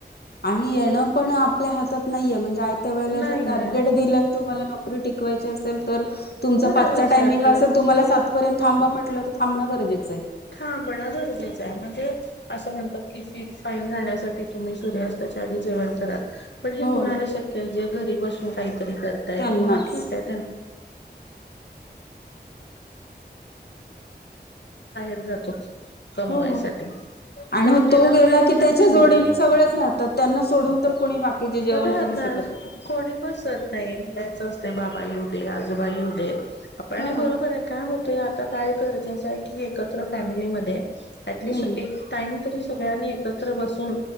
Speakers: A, on the left; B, on the left.
A: आणि येणं पण आपल्या हातात ना-ये म्हणजे आयत्या वेळेला
B: नाही
A: जर टार्गेट
B: आहे
A: दिलं तुम्हाला न <inaudible> टिकवायच असेल तर तुमच
B: करावंच
A: पाच टाइमिंग
B: लागतंय
A: असेल तुम्हाला सात पर्यंत थांबा म्हंटल तर थाबणं गरजेचं-य
B: थांबण गरजे चंय म्हणजे असं म्हणतात की फीट-स फाईन राण्यासाठी तुम्ही सूर्यास्तच्या आधी जेवण करा पण हे
A: हो
B: कुणाला शक्य अहय जे घरी बसून काहीतरी करताय
A: त्यांनाच
B: किंवा ठीक हेय <unintelligible> जातो कमवायसाठी
A: हो आणि
B: त्यामुळे
A: मग
B: त्याला
A: तो गेला
B: पण
A: की
B: नाहीच
A: त्याच्या
B: होत.
A: जोडीने सगळेच राहतात त्यांना सोडून तर कोणी बाकीचे जेवण
B: राहतात
A: करू शकत
B: कोणी बसत नाही <unintelligible> बाबा येउदे आजोबा येउदे आपण
A: हा
B: बरोबर <inaudible> काय होतय आता काय गरजेचं हाय की एकत्र फॅमिलीमध्ये ऍटलिस्ट
A: हम्म
B: एक टाइम तरी सगळ्यांनी एकत्र बसून